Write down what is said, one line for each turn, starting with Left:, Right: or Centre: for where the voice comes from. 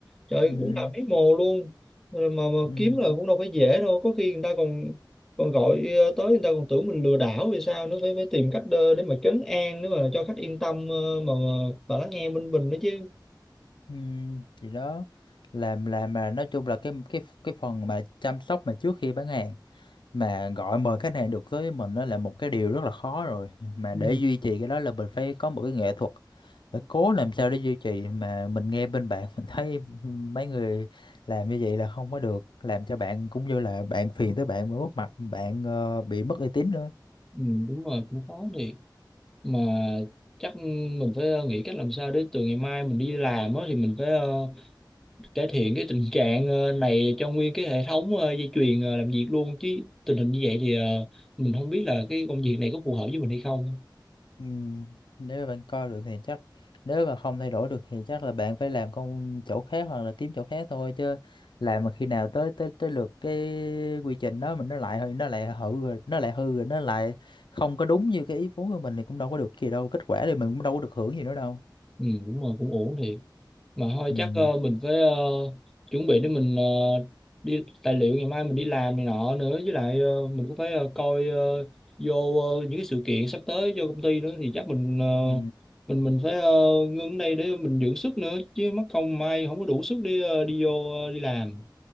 Centre: trời
Left: ừ,
Centre: cũng là mấy mồ luôn Rồi mà mà
Left: ừ,
Centre: kiếm là cũng đâu phải dễ đâu có khi người ta còn còn gọi ờ, tới người ta còn tưởng mình lừa đảo thì sao nữa phải phải tìm cách ờ, để mà trấn an nữa mà cho khách yên tâm ờ, mà mà, mà lắng nghe bên mình đó chứ
Left: ừ, thì đó làm làm mà nói chung là cái cái cái phần mà chăm sóc mà trước khi bán hàng mà gọi mời khách hàng được tới mình đó là một cái điều rất là khó rồi mà
Centre: Ừ,
Left: để duy trì cái đó là mình phải có một cái nghệ thuật phải cố làm sao để duy trì mà mình nghe bên bạn mình thấy mấy người làm như vậy là không có được làm cho bạn cũng như là bạn phiền tới bạn mà mất mặt bạn ờ, bị mất uy tín nữa
Centre: ừ, đúng rồi cũng khó thiệt mà chắc mình phải ờ, nghĩ cách làm sao để từ ngày mai mình đi làm á thì mình phải ờ, cải thiện cái tình trạng ờ, này cho nguyên cái hệ thống ờ, dây chuyền ờ, làm việc luôn chứ tình hình như vậy thì ờ, mình không biết là cái công việc này có phù hợp với mình hay không
Left: Ừ, nếu mà bạn coi được thì chắc nếu mà không thay đổi được thì chắc là bạn phải làm công chỗ khác hoặc là kiếm chỗ khác thôi chứ làm mà khi nào tới tới tới lượt cái quy trình đó mình nó lại nó lại hư rồi nó lại hư rồi nó lại không có đúng như cái ý muốn của mình thì cũng đâu có được gì đâu kết quả thì mình cũng đâu có được hưởng gì nữa đâu
Centre: Ừ, đúng rồi cũng ổn thiệt mà thôi
Left: ừ,
Centre: chắc ờ, mình phải ờ, chuẩn bị để mình ờ, đi tài liệu ngày mai mình đi làm này nọ nữa với lại ờ, mình cũng phải ờ, coi ờ, vô ờ, những cái sự kiện sắp tới vô công ty nữa thì chắc mình ờ,
Left: ừ,
Centre: mình mình phải ờ, ngưng ở đây để mình dưỡng sức nữa chứ mất công mai không có đủ sức đi ờ, đi vô ờ, đi làm